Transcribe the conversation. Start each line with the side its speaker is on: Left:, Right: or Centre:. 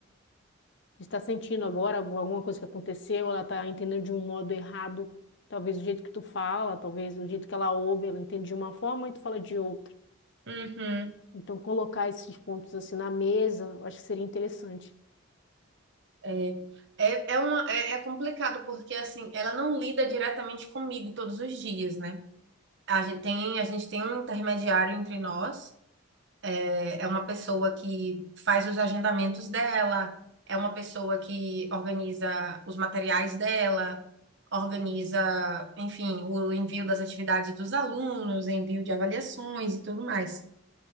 Left: está sentindo agora alguma coisa que aconteceu, ela está entendendo de um modo errado. Talvez o jeito que tu fala, talvez o jeito que ela ouve, ela entende de uma forma e tu fala de outra.
Right: uhum.
Left: Então, colocar esses pontos assim na mesa, eu acho que seria interessante.
Right: É, é, é, uma, é, é complicado porque assim, ela não lida diretamente comigo todos os dias, né? A gente tem, a gente tem um intermediário entre nós, é, é uma pessoa que faz os agendamentos dela, é uma pessoa que organiza os materiais dela, organiza, enfim, o envio das atividades dos alunos, envio de avaliações e tudo mais.